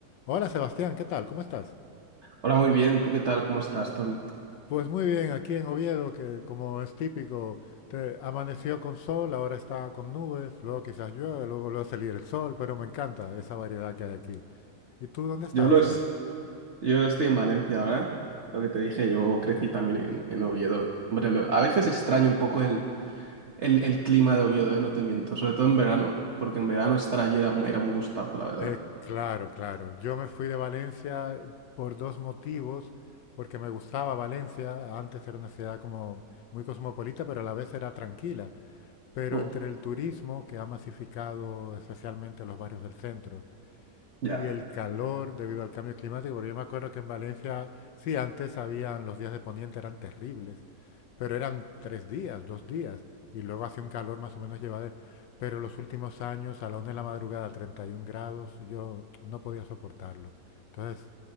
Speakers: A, on the left; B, on the right.
A: Hola Sebastián, ¿qué tal? ¿Cómo estás?
B: Hola, muy bien. ¿Tú qué tal? ¿Cómo estás, Tony?
A: Pues muy bien, aquí en Oviedo, que como es típico, te- amaneció con sol, ahora está con nubes, luego quizás llueve, luego vuelve a salir el sol, pero me encanta esa variedad que hay aquí. ¿Y tú dónde estás
B: Yo, los,
A: ahora?
B: yo estoy en Valencia ahora. Lo que te dije, yo crecí también en, en Oviedo. Hombre, lo- a veces extraño un poco el, el, el clima de Oviedo, eh, No te miento. Sobre todo en verano, porque en verano estar allí era, mu- era un gustazo, la verdad.
A: Eh, claro, claro. Yo me fui de Valencia por dos motivos, porque me gustaba Valencia, antes era una ciudad como muy cosmopolita, pero a la vez era tranquila. Pero
B: Mm,
A: entre el turismo, que ha masificado especialmente los barrios del centro, Y
B: Ya,
A: el calor debido al cambio climático, porque yo me acuerdo que en Valencia, sí, antes habían los días de poniente, eran terribles, pero eran tres días, dos días, y luego hacía un calor más o menos llevadero. Pero los últimos años, a la una de la madrugada, 31 grados, yo no podía soportarlo. Entonces